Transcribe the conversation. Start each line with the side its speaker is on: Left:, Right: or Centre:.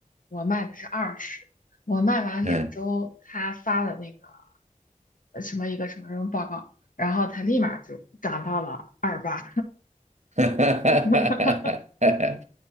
Left: 我卖的是二十，我卖完两周，
Right: 嗯。
Left: 他发了那个呃什么一个什么什么报告，然后他立马就涨到了二八。
Right: <laughs>
Left: <laughs>
Right: 哈，